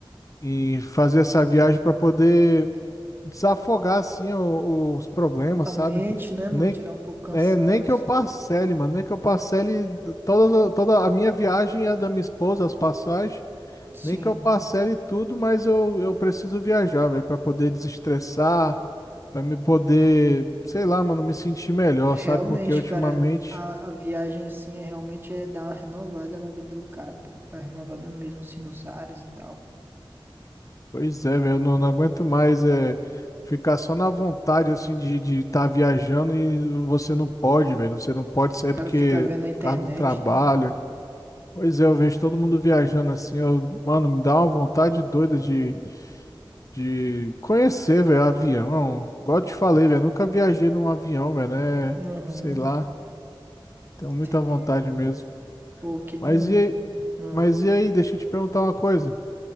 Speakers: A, on the left; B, on the right.
A: em, em fazer essa viagem para poder desafogar assim o- os problemas,
B: A
A: sabe?
B: mente, né, mano?
A: Nem,
B: Tirar um pouco o cansaço.
A: é, nem que eu parcele, mano, nem que eu parcele toda, toda a minha viagem e a da minha esposa, as passagens,
B: Sim.
A: nem que eu parcele tudo, mas eu, eu preciso viajar, velho, para poder desestressar, para me poder, sei lá, mano, me sentir melhor,
B: Realmente,
A: sabe? Porque ultimamente
B: cara, a, a viagem assim é realmente é dar uma renovada na vida do cara, pô. Tá renovada mesmo, assim, nos ares e tal. O
A: Pois é, velho, eu não, não aguento mais é, ficar só na vontade, assim, de de estar viajando e você não pode, velho, você não pode sair
B: cara
A: porque,
B: fica vendo na internet,
A: por causa do trabalho.
B: né?
A: Pois é, eu vejo todo mundo viajando assim, eu, mano, me dá uma vontade doida de, de conhecer, velho, avião. Igual eu te falei, velho, nunca viajei num avião, velho, né?
B: Aham,
A: Sei lá, tenho muita
B: entendi.
A: vontade mesmo.
B: Pô, que bom,
A: Mas
B: mano.
A: e,
B: Ah.
A: mas e aí, deixa eu te perguntar uma coisa.